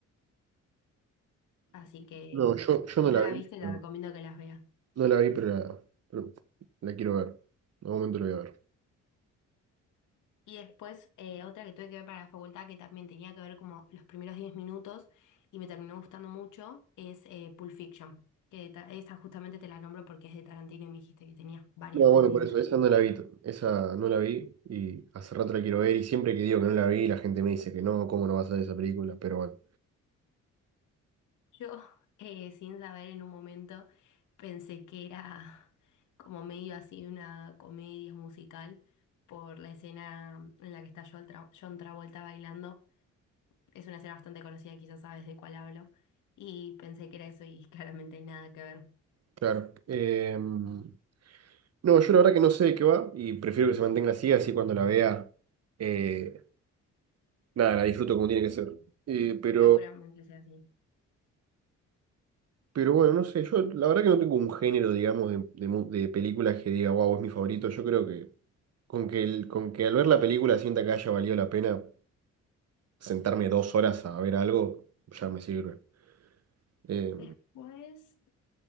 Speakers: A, on the left (about 80°); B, on the right (about 55°).
A: Así que,
B: No, yo, yo
A: si
B: no
A: no
B: la
A: la
B: vi,
A: viste,
B: pero,
A: te recomiendo que las veas.
B: no la vi, pero la, pero la quiero ver. En algún momento la voy a ver.
A: Y después eh, otra que tuve que ver para la facultad que también tenía que ver como los primeros 10 minutos y me terminó gustando mucho es eh, Pulp Fiction, que ta- esa justamente te la nombro porque es de Tarantino y me dijiste que tenías varias
B: No,
A: pendientes.
B: bueno, por eso, esa no la vi, esa no la vi y hace rato la quiero ver y siempre que digo que no la vi la gente me dice que no, ¿cómo no vas a ver esa película? Pero bueno,
A: Yo, <laughs> eh, sin saber en un momento, pensé que era como medio así una comedia musical por la escena en la que está Joel Tra- John Travolta bailando. Es una escena bastante conocida, quizás sabes de cuál hablo. Y pensé que era eso y claramente nada que ver.
B: claro. Eh, no, yo la verdad que no sé de qué va y prefiero que se mantenga así, así cuando la vea, eh, nada, la disfruto como tiene que ser. Eh, pero,
A: Seguramente sea así.
B: pero bueno, no sé, yo la verdad que no tengo un género, digamos, de, de, mu- de películas que diga, wow, es mi favorito, yo creo que... Con que, el- con que al ver la película sienta que haya valido la pena sentarme dos horas a ver algo, ya me sirve. Eh,
A: Después,